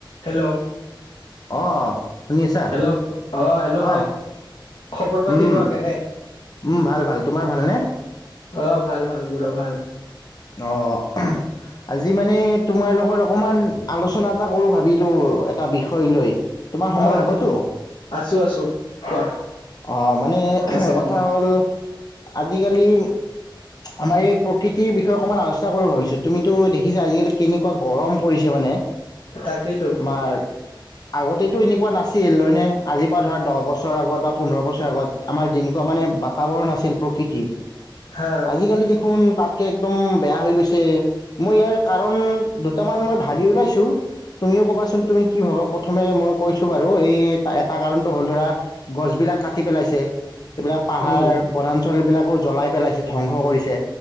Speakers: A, on the left; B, on the left.
A: Hello
B: অঁ শুনি আছা
A: হেল্ল' অ হেল্ল' ভাই
B: অঁ
A: খবৰ পাতি
B: উম
A: কোৱা কেনে
B: উম ভাল ভাল তোমাৰ ভালনে?
A: অঁ ভাল ভাল পুৰা ভাল
B: অঁ আজি মানে তোমাৰ লগত অকণমান আলোচনা এটা কৰো ভাবিলো এটা বিষয় লৈ। তোমাৰ সময়
A: আঁহ
B: হ'বতো
A: ঠিক আছো আছো কোৱা।
B: অঁ মানে
A: আছে
B: কথা
A: সময়
B: হ'ল। আজিকালি আমাৰ এই প্ৰকতিৰ বিষয়ে অকণমান আলোচনা কৰো ভাবিছো। তুমিতো দে ছা আজিকালি কেনেকুৱা গৰম পৰিছে মানে।
A: তাকেইতো
B: তোমাৰ আগতেতো এনেকুৱা নাছিল। ছিল হয় নে আজিৰ পৰা ধৰা দহ বছৰৰ আগত বা পোন্ধৰ বছৰ আগত আমাৰ যেনেকুৱা মানে বাতাৱৰণ আছিল প্ৰকৃতিৰ
A: হা
B: আজিকালি দেখোন তাত কেকুম বেয়া হয় গৈছে। মই ইয়াৰ কাৰণ দুটামান মান ভাবি ওলাইছো। তুমিও কবাছোন তুমি কি ভাবা? প্ৰথামে মই কৈছোঁ বাৰু এই এটা কাৰণটো হল ধৰা গছবোৰ। বিলাক কাটি পেলাইছে। এইবিলাক পাহাৰ
A: উম
B: বনাঞ্চল। লৰা ছোৱালীবিলাকো জ্বলাই পেলাইছে ধবংস কৰিছে।